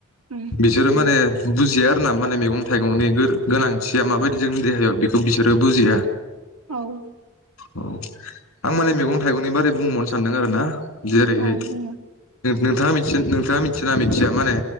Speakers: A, on the right; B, on the left.
A: उम
B: बिसोरो माने बुजिया आरो ना माने मैगं थाइगंनि गोनांथिया माबायदि जोंनि देहायाव बेखौ बिसोरो बुजिया।
A: औ
B: औ आं माने मैगं थाइगंनि बारै बुंबावनो सानदों आरो ना जेरैहाय
A: औ बुङो
B: नोंथाङा मिथि नोंथाङा मिथियोना मिथिया माने